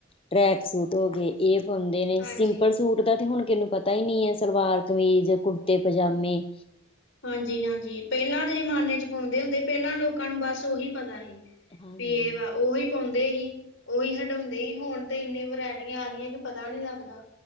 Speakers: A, on the left (about 30°); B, on the left (about 75°).
A: ਟਰੈਕ-ਸੂਟ ਹੋ ਗਏ ਇਹ ਪਾਉਂਦੇ ਨੇ,
B: ਹਾਂਜੀ।
A: ਸਿੰਪਲ ਸੂਟ ਦਾ ਤੇ ਹੁਣ ਕਿਨੂੰ ਪਤਾ ਹੀ ਨਹੀਂ ਹੈ, ਸਲਵਾਰ-ਕਮੀਜ਼, ਕੁੜਤੇ-ਪਜਾਮੇ
B: ਹਾਂਜੀ-ਹਾਂਜੀ, ਪਹਿਲਾਂ ਦੇ ਜਮਾਨੇ'ਚ ਪਾਉਂਦੇ ਹੁੰਦੇ, ਪਹਿਲਾਂ ਲੋਕਾਂ ਨੂੰ ਬਸ ਉਹੀ ਪਤਾ ਸੀ।
A: ਹਾਂਜੀ
B: ਤੇ ਇਹ ਵਾ, ਉਹੀ ਪਾਉਂਦੇ ਹੀ, ਉਹੀ ਹਡਾਉਂਦੇ ਹੀ, ਹੁਣ ਤੇ ਇੰਨੀ ਵਰਾਇ ਪਟੀਆਂ ਆ ਗਈਆਂ, ਕਿ ਪਤਾ ਨਹੀਂ ਲੱਗਦਾ।